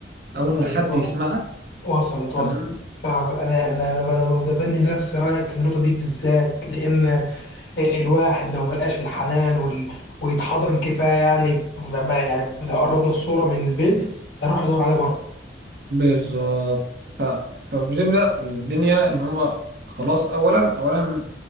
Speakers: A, on the right; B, on the left.
A: او ان
B: ايوه
A: حد يسمعك
B: وصلت وصلت
A: تمام
B: فعلا انا انا انا انا متبني نفس رايك في النقطه دي بالذات لان الواحد لو ملقاش الحنان وال... ويتحضن كفايه يعني ما يعني لو قربنا الصوره من البيت هيروح يدور عليه بره
A: بالظبط ف... فبتبدأ الدنيا إن هما خلاص أولا أولا